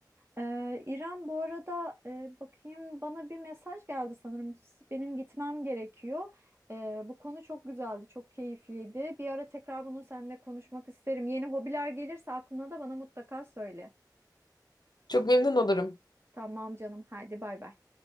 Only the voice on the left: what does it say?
Çok memnun olurum.